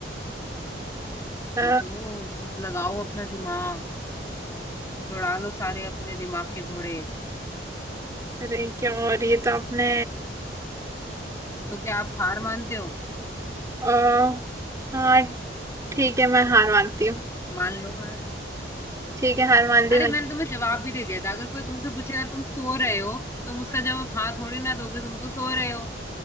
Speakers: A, on the right; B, on the left.
A: अ,
B: सोचो लगाओ अपना दिमाग दौड़ा लो सारे अपने दिमाग के घोड़े
A: अरे क्या और ये तो आपने
B: तो क्या आप हार मानते हो
A: अ, हाँ ठीक है मैं हार मानती हूँ
B: मान लो हार
A: ठीक है हार मान ली
B: अरे
A: मैंने
B: मैंने तुम्हें जवाब भी दे दिया था अगर कोई तुमसे पूछेगा तुम सो रहे हो तुम उसका जवाब हाँ थोड़ी ना दोगे तुम तो सो रहे हो